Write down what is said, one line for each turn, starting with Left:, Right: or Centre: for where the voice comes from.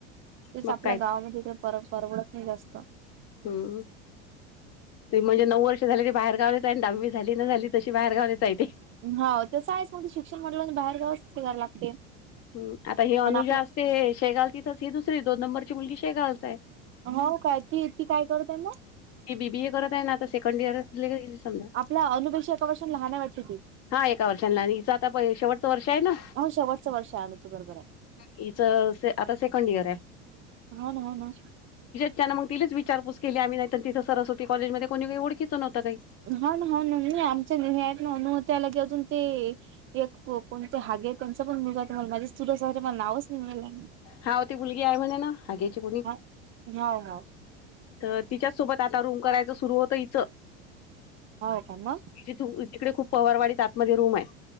Right: तेच
Left: मग
Right: आपल्या
Left: काय तर.
Right: गावामध्ये परव परवडत नाही जास्त.
Left: हम.. ते म्हणजे नऊ वर्ष झाली ते बाहेर गावीच आहे, आणि दहावी झाली ना झाली तशी बाहेर गावीच आहे ती.
Right: हो तसं आहेच मग शिक्षण म्हणलं, की बाहेर गावाच कराव लागते.
Left: हम् आता ही अनुजा
Right: आणि आपल्या
Left: असते हे, शेगांव तिथंच ही दुसरी दोन नंबरची मुलगी शेगावच आहे.
Right: हो काय ती, ती काय करते मग.
Left: ते बीबीए करत आहे ना, आता सेकंड इयरले समजा.
Right: आपल्या अनुपेक्षा एका वर्षाने लहान आहे वाटते ती.
Left: हा एका वर्षाने लहान, हिच आता शेवटचं वर्ष आहे ना.
Right: हो शेवटचं वर्ष आहे अनुच बरोबर आहे.
Left: हिचं आता सेकंड इयर ये.
Right: हांव हांव ना.
Left: त्यानं मग तिलीच विचारपूस केली आम्ही, नाहीतर तिथं सरस्वती कॉलेजमध्ये कोणी काहीओळीच नव्हतं काही.
Right: हांव ना हांव ना नाही आमचे हे आहेत ना, अणुआत्या लगेच अजून ते. एक कोणते हागे त्यांचा पण मुलगा आहे, मग माझे चुलत सासरे मला नावच नाही येवून राहिले.
Left: हांव ती मुलगी आहे म्हणे, ना आग्याची कोणी.
Right: हा हाव हाव.
Left: तर तिच्याच सोबत आता रूम करायचं सुरु होतं हिचं.
Right: हो का, मग.
Left: तिथं तिकडे खूप पवारवाडी आतमध्ये रूम आहे.